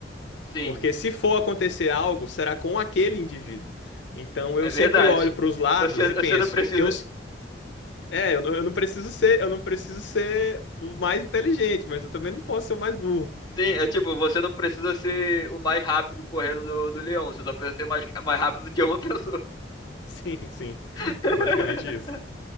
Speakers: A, on the left; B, on the left.
A: sim,
B: Porque se for acontecer algo, será com aquele indivíduo. Então eu
A: é verdade.
B: sempre olho para os lados
A: Você,
B: e
A: você
B: penso,
A: não precisa.
B: eu, É, eu não, eu não preciso ser, eu não preciso ser o mais inteligente, mas eu também não posso ser o mais burro. <laughs>
A: Sim, é tipo, você não precisa ser o mais rápido correndo do, do leão, você só precisa ser mais, mais rápido do que uma pessoa.
B: Sim, sim.
A: <laughs>
B: É basicamente isso.